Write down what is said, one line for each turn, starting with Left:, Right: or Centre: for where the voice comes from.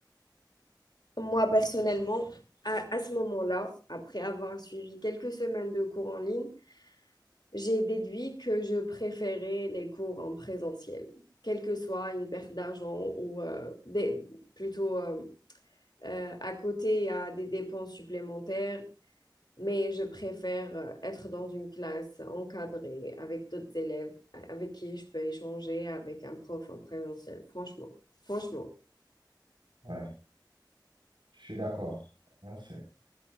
Left: Moi personnellement, à, à ce moment-là, après avoir suivi quelques semaines de cours en ligne, j'ai déduit que je préférais les cours en présentiel, quelle que soit une perte d'argent ou euh, des- plutôt euh, euh, à côté, il y a des dépenses supplémentaires, mais je préfère euh, être dans une classe encadrée avec d'autres élèves euh, avec qui je peux échanger avec un prof en présentiel, franchement. Franchement.
Right: ouais Je suis d'accord. Hein, c'est-